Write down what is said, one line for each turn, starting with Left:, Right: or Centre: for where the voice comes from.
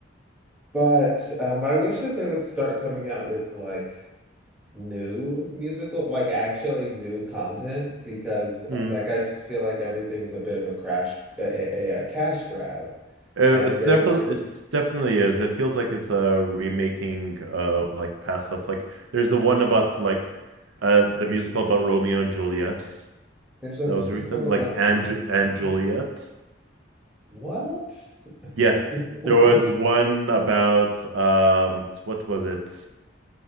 Centre: but um, I wish that they would start coming out with like new musical, like actually new content, because
Right: Hmm.
Centre: uh, like I just feel like everything's a bit of a crash, a, a, a cash grab,
Right: Uh,
Centre: and
Right: It
Centre: they
Right: definitely
Centre: just
Right: it definitely is. It feels like it's a remaking of like past stuff. Like there's the one about like uh the musical about Romeo and Juliet
Centre: there's a
Right: that
Centre: musical
Right: was recent,
Centre: about
Right: like and
Centre: Romeo
Right: Ju-
Centre: and
Right: and
Centre: Juliet.
Right: Juliet.
Centre: What?
Right: Yeah.
Centre: <laughs>
Right: There was one about um what was it?